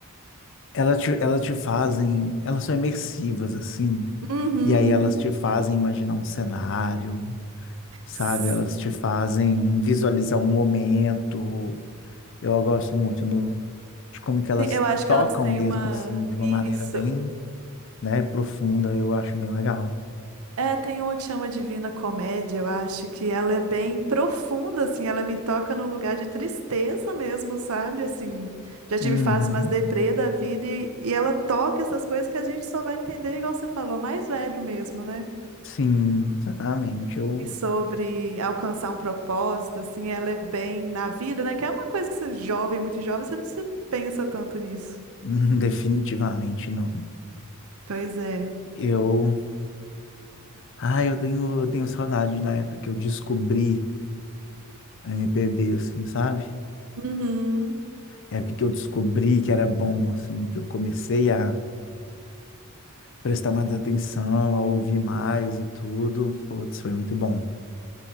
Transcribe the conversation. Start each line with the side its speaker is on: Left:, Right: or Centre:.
Left: elas te, elas te fazem, elas são imersivas, assim.
Right: Uhum.
Left: E aí elas te fazem imaginar um cenário, sabe?
Right: Sim,
Left: Elas te fazem visualizar um momento. Eu gosto muito no, de como que elas
Right: eu acho
Left: tocam
Right: que elas têm
Left: mesmo,
Right: uma.
Left: assim, de uma
Right: Isso.
Left: maneira bem né, profunda, eu acho bem legal.
Right: É, tem uma que chama Divina Comédia, eu acho que ela é bem profunda, assim, ela me toca num lugar de tristeza mesmo, sabe? Assim, já tive
Left: Uhum.
Right: fases mais deprê da vida e, e ela toca essas coisas que a gente só vai entender, igual você falou, mais velho mesmo, né?
Left: Sim, exatamente. Eu
Right: E sobre alcançar um propósito, assim, ela é bem na vida, né? Que é uma coisa que você é jovem, muito jovem, você não se pensa tanto nisso.
Left: <laughs> definitivamente não.
Right: Pois é.
Left: Eu, ah, eu tenho, eu tenho saudade da época que eu descobri a MPB, assim, sabe?
Right: Uhum.
Left: É a época que eu descobri que era bom, assim, que eu comecei a prestar mais atenção, a ouvir mais e tudo. Putz, foi muito bom.